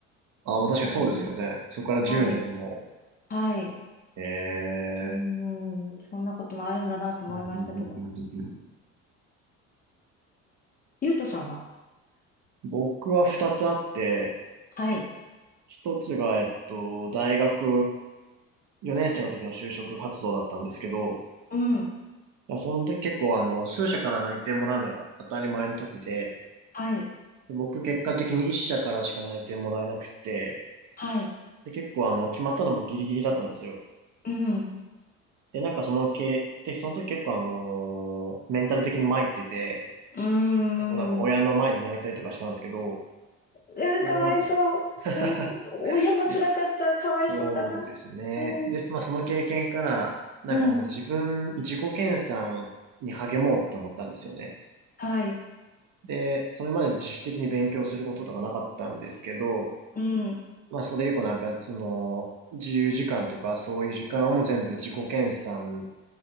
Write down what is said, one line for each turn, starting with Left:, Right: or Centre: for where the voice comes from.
Right: ああ、もう確かにそうですよね。
Left: うん、
Right: そこから10年も。
Left: はい。はい。
Right: え
Left: う
Right: え。
Left: ん、そんなこともあるんだなと思いましたけど。
Right: ふんふんふんふんふんふん
Left: ゆうとさんは
Right: 僕は2つあって、
Left: はい。
Right: 1つが、えっと、大学4年生の時の就職活動だったんですけど、
Left: うん。
Right: いやその時結構あの、数社から内定もらうのが当たり前の時で、
Left: はい。
Right: で僕結果的に1社からしか内定もらえなくて、
Left: はい。
Right: で結構あの、決まったのもギリギリだったんですよ。
Left: うん。
Right: で、なんかそのけ、で、その時結構あのーメンタル的に参ってて、
Left: うー
Right: 結構なんか親の前で泣いたりとかしたんですけど、
Left: んうわー、
Right: こうなんか、
Left: かわいそう。
Right: <laughs>
Left: うん。親も辛かった。
Right: ね、
Left: かわいそうだな。
Right: そうですね。
Left: うん。
Right: で、まあその経験から、なんかもう自分、
Left: うん。
Right: 自己研鑽に励もうって思ったんですよね。
Left: はい。
Right: で、それまで自主的に勉強することとかなかったんですけど、
Left: うん。
Right: まあそれ以降なんか、その、自由時間とかそういう時間をもう全部自己研鑽